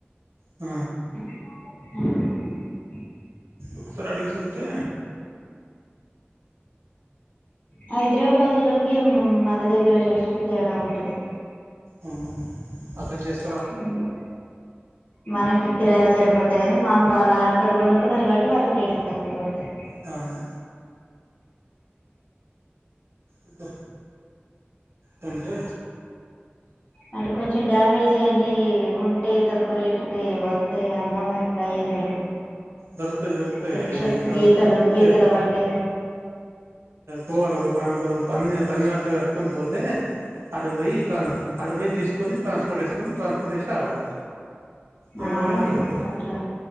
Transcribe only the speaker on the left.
ఆ
హైదరాబాదు లోకి మన దగ్గర రేట్లకి తేడా ఉంటది
హ్ మనకి కిరాయిలు సరిపోతయి కాగానీ మాముూలు వాళ్ళుడక్కడ కొనుక్కున్నారు కాబటి వాళ్ళకి రేట్లు తక్కువ పడతాయి
అంటే కొంచెం డ్యామేజ్ అయినాయి ఉంటాయి తక్కువ రేటుకి వస్తాయి అన్నవుగ
కొంచెం
గీతలు గీతల
పడ్డాయి
ఆ
అదే
అట్లా